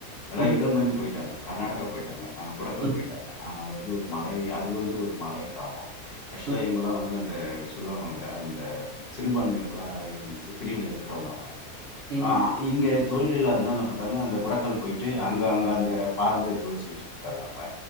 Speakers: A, on the left (about 50°); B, on the right (about 50°).
A: எல்லா
B: ம் ம்
A: இடம்பெயர்ந்து போயிட்டாங்க கர்நாடகா போயிட்டாங்க ஆ குடக்கல்
B: ம்
A: போயிட்டாங்க அவங்க அது வந்து ஒரு மலை அது வந்து ஒரு மலை கிராமம் ஆக்சுவலா
B: ம்
A: இவங்கல்லா வந்து அந் இந்த சொல்லுவாங்க இல்லையா அந்த சிறுபான்மையர்களா இருந்துச்சி பிரிவுல இருக்குறவங்க அவங்க
B: ம்
A: ஆ இங்க தொழில் இல்லாத இருந்தா என்ன பண்றாங்க அந்த குடக்கல் போயிட்டு அங்க அங்க அந்த பாரம்பரிய தொழில் செஞ்சிட்டு இருக்காங்க அவங்க